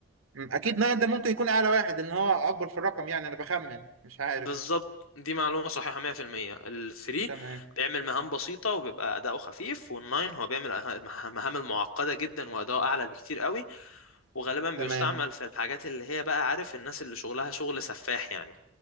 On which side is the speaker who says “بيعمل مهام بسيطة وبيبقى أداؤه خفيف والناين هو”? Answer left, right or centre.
Left